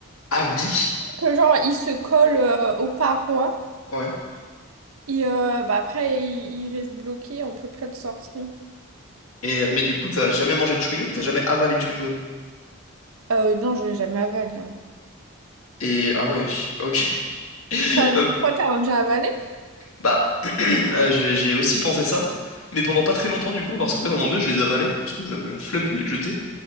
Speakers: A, on the left; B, on the right.
A: À vie?
B: Que genre, il se colle euh, aux parois
A: Ouais.
B: et euh, bah, après, il, il reste bloqué, on peut pas le sortir.
A: Et, mais du coup, t'as jamais mangé de chewing-gum, t'as jamais avalé de chewing-gum.
B: Euh, non, je l'ai jamais avalé. hein.
A: Et ah ouais, ok. <laughs>
B: Toi, non,
A: Euh,
B: toi, t'as déjà avalé?
A: bah, <clears throat> euh, j'ai j'ai aussi pensé ça, mais pendant pas très longtemps du coup, parce qu'en fait, à un moment donné, je les avalais, parce que j'avais la flemme de les jeter.